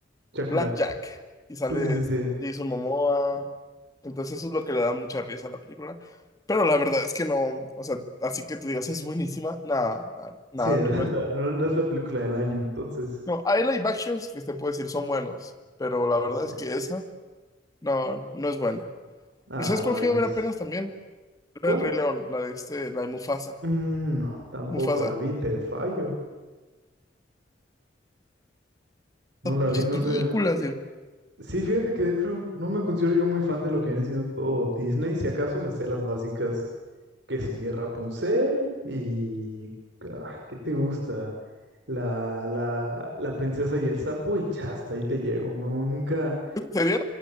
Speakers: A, on the right; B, on the left.
A: Jack
B: Blackjack
A: Black.
B: y sale
A: Sí, sí,
B: este,
A: sí, sí.
B: Jason Momoa. Entonces eso es lo que le da mucha risa a la película. Pero la verdad es que no, o sea, así que tú digas, es buenísima. Nada, nada, nada,
A: Sí, <laughs>
B: no,
A: la-
B: no
A: la-
B: es.
A: no, no es la película del año, entonces.
B: No, hay live actions que te puedo decir son buenos, pero la verdad
A: Sí, sí.
B: es que esa no, no es buena.
A: Ah,
B: ¿Sabes
A: rayos.
B: cuál fui a ver apenas también?
A: ¿Cuál?
B: Era El Rey León, la de este, la de Mufasa.
A: Mm, no, tampoco
B: Mufasa.
A: la vi, te fallo. No
B: A ver
A: la
B: muchas
A: vi, no
B: películas,
A: sé.
B: Diego.
A: Sí, fíjate que de hecho no me considero yo muy fan de lo que viene siendo todo Disney. Si acaso me sé las básicas que sigue Rapunzel y... ah, ¿qué te gusta? La, la, la princesa y el sapo y ya hasta ahí te llego. No, nunca,
B: ¿En serio?